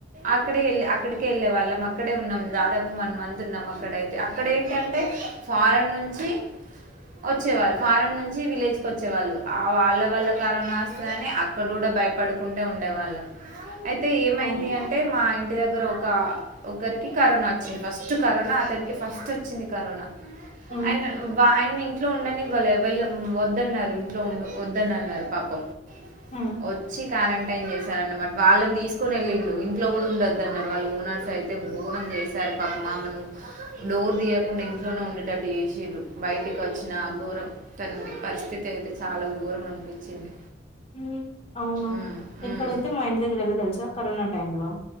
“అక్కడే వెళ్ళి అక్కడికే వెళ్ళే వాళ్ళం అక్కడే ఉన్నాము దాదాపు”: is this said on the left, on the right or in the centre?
Right